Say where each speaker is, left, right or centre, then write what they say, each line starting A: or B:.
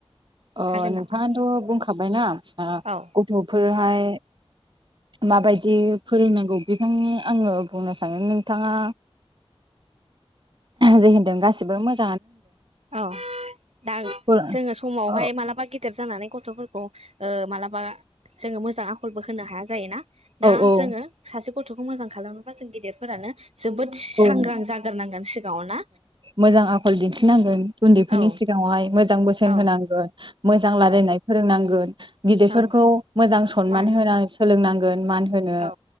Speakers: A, on the right (about 50°); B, on the right (about 85°).
A: अ
B: हागोन
A: नोंथाङानथ'
B: नामा
A: बुंखाबायना हा
B: औ
A: गथ'फोरहाय माबायदि फोरोंनांगौ बेखायनो आङो बुंनो सानो नोंथाङा जे होनदों गासिबो मोज
B: औ दा
A: फोर
B: जोङो समाव
A: औ
B: हाय मालाबा गेदेर जानानै गथ'फोरखौ ओ मालाबा जाङो मोज जां आखलबो होनो हाया जायोना
A: औ
B: दा जोङो सासे गथ'खौ मोजां खालामनोबा जों गिदिरफोरानो जोबोद सांग्रां
A: औ
B: जागोरनांगोन सिगाङाव ना
A: मोजां आखल दिन्थिनांगोन उन्दैफोरनि
B: औ
A: सिगाङावहाय मोजां बोसोन
B: औ
A: होनांगोन। मोजां रालायनाय
B: औ
A: फोरोंनांगोन गिदिरफोरखौ
B: औ
A: मोजां सनमान
B: मानो
A: होनाय सोलोंनांगोन मान होनो
B: औ